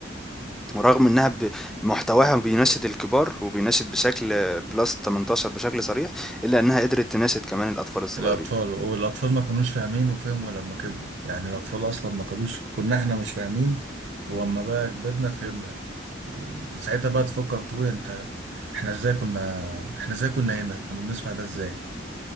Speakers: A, in the centre; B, on the right.
A: ورغم إنها ب محتواها بيناشد الكبار وبيناشد بشكل plus 18 بشكل صريح، إلا إنها قدرت تناشد كمان الأطفال الصغيرين.
B: الاطفال والاطفال ما كانوش فاهمين وفهموا لما كبروا يعني الاطفال اصلا ما كانوش كنا احنا مش فاهمين واما بقى كبرنا فهمنا وساعتها بقى تفكر تقول انت احنا ازاي كنا احنا ازاي كنا هنا كنا بنسمع ده ازاي